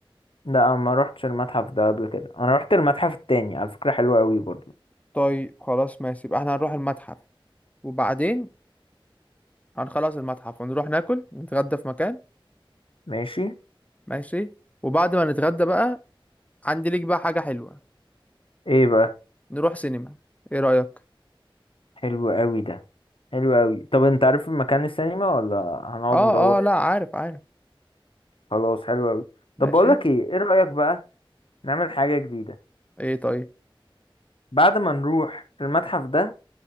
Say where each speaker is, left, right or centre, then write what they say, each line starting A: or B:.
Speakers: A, on the left; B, on the left.
A: لا ما رحتش المتحف ده قبل كده انا رحت المتحف التاني على فكره حلو قوي برضو
B: طيب خلاص ماشي يبقى احنا هنروح المتحف وبعدين هنخلص المتحف ونروح ناكل نتغدى في مكان
A: ماشي
B: ماشي وبعد ما نتغدى بقى عندي ليك بقى حاجة حلوة
A: ايه بقى
B: نروح سينما ايه رأيك
A: حلو قوي ده حلو قوي طب انت عارف مكان السينما ولا هنقعد
B: اه
A: ندور
B: اه لا عارف عارف
A: خلاص حلو قوي
B: ماشي
A: طب بقول لك ايه ايه رايك بقى نعمل حاجه جديده
B: ايه طيب
A: بعد ما نروح المتحف ده